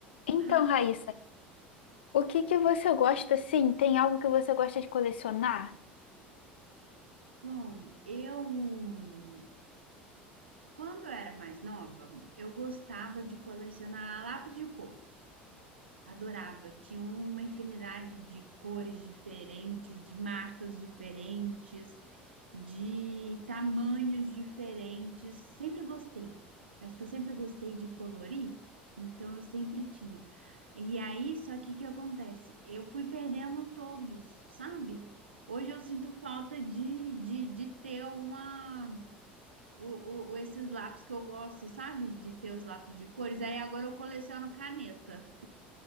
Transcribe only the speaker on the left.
Então,
Raíssa, o que que você gosta, sim? Tem algo que você gosta de colecionar?